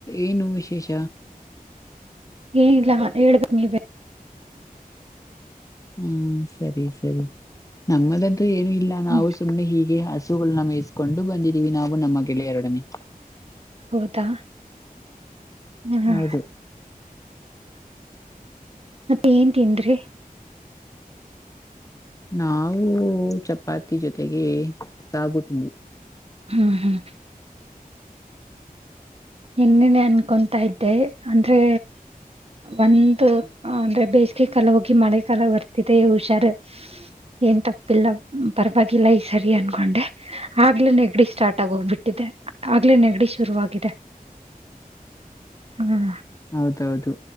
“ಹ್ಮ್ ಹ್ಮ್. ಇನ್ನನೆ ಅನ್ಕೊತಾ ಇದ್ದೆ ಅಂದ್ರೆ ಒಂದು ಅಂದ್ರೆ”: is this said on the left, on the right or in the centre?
Right